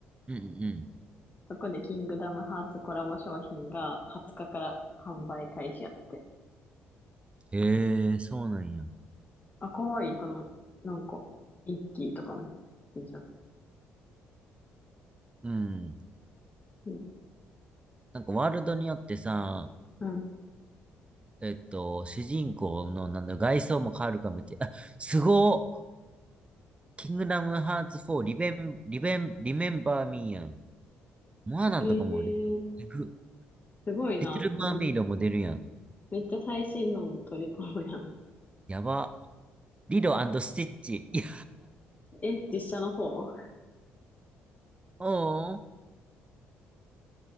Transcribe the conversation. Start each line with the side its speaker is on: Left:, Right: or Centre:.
Right: うんうん
Left: そこでキングダムハーツコラボ商品が20日かから販売開始やって。
Right: うん。へえ、そうなんや。
Left: あ、かわいい、この、なんか、ミッキーとかの T シャツ。
Right: うん。
Left: うん。
Right: なんかワールドによってさ、
Left: うん。
Right: えっと、主人公のなんだ、外装も変わるかもって。あ、すごっキングダムハーツ4、リベン、リベン、リメンバーミーやん。モアナとかも出る。
Left: えー、
Right: えぐ
Left: すごいな。
Right: リトルマーメイドも出るやん。
Left: うん。めっちゃ最新の取り込むやん。
Right: やば。リロスティッチ。いや、
Left: え、実写の方 <laughs>
Right: おーん。